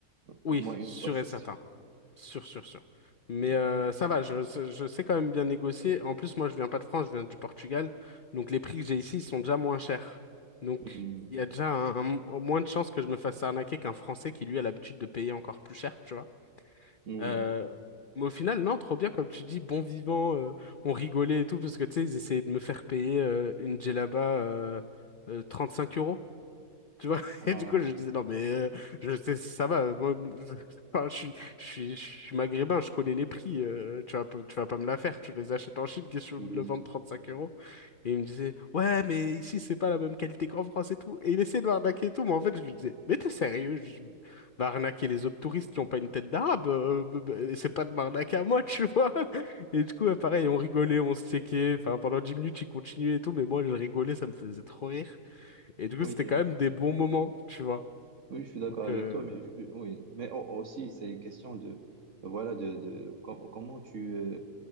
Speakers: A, on the left; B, on the right.
A: Oui,
B: Au moins une
A: sûr
B: fois, c'est
A: et certain.
B: sûr.
A: Sûr, sûr, sûr. Mais
B: <laughs>
A: euh, ça va, je, sais- je sais quand même bien négocier. En plus, moi, je viens pas de France, je viens du Portugal. Donc, les prix que j'ai ici ils sont déjà moins chers. Donc,
B: Hmm,
A: il y a déjà un, un- moins de chances que je me fasse arnaquer qu'un Français qui, lui, a l'habitude de payer encore plus cher, tu vois.
B: Oui.
A: Euh, mais au final, non, trop bien, comme tu dis, bon vivant, euh, on rigolait et tout, parce que, tu sais, ils essayaient de me faire payer euh, une djellaba euh, euh, 35 euros. Tu vois, <laughs>
B: Ah,
A: et du coup, je disais, non, mais euh, je sais, si ça va. Moi, je, <laughs> enfin, je suis, je suis, je suis maghrébin, je connais les prix. euh, tu vas, pas- tu vas pas me la faire. Tu les achètes en Chine, qu'est-ce que tu veux
B: oui.
A: me le vendre 35 euros? Et il me disait, ouais, mais ici, c'est pas la même qualité qu'en France et tout. Et il essayait de m'arnaquer et tout. Mais en fait, je lui disais, mais t'es sérieux? Je va arnaquer les autres touristes qui ont pas une tête d'arabe. euh, b- b- c'est pas de m'arnaquer à moi, <laughs> tu vois. Et du coup, ouais, pareil, on rigolait, on se checkait. Enfin, pendant 10 minutes, il continuait et tout. Mais moi, je rigolais, ça me faisait trop rire. Et du coup,
B: Oui.
A: c'était quand même des bons moments, tu vois.
B: Oui, je suis d'accord
A: Donc,
B: avec
A: euh,
B: toi, mais je- oui, mais au- aussi c'est une question de voilà de, de com- comment tu euh,